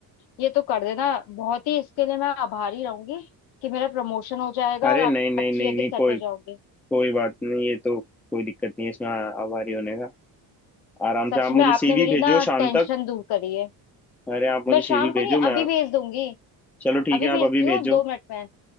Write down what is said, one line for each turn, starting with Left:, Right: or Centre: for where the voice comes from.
Left: ये तो कर देना बहुत ही इसके लिए मैं आभारी रहूंगी कि मेरा प्रमोशन हो जाएगा
Centre: अरे
Left: और आप
Centre: नहीं नहीं
Left: अच्छी
Centre: नहीं
Left: जगह
Centre: नहीं
Left: सेट
Centre: कोई
Left: हो जाओगे
Centre: कोई बात नहीं ये तो कोई दिक्कत नहीं है इसमें आभारी होने का आराम से
Left: सच
Centre: आप मुझे
Left: में आपने
Centre: सीवी
Left: मेरी
Centre: भेजो
Left: ना
Centre: शाम
Left: टेंशन
Centre: तक
Left: दूर करी है
Centre: अरे आप मुझे
Left: मैं
Centre: सीवी
Left: शाम को
Centre: भेजो
Left: नहीं
Centre: मैं
Left: अभी भेज दूंगी
Centre: चलो ठीक
Left: अभी
Centre: है आप
Left: भेजती
Centre: अभी
Left: हूँ
Centre: भेजो
Left: दो मिनट में